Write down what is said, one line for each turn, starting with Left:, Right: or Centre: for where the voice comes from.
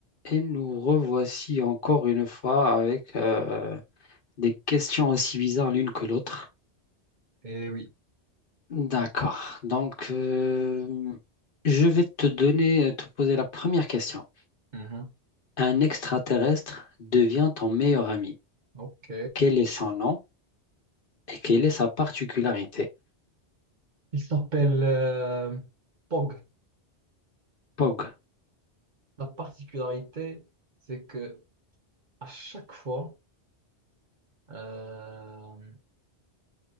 Left: Et nous revoici encore une fois avec euh, des questions aussi bizarres l'une que l'autre.
Right: Eh oui.
Left: D'accord. Donc, euh, je vais te donner, euh, te poser la première question.
Right: Mhm.
Left: Un extraterrestre devient ton meilleur ami.
Right: Ok.
Left: Quel est son nom et quelle est sa particularité?
Right: Il s'appelle euh, Pog.
Left: Pog.
Right: La particularité, c'est que à chaque fois, euh,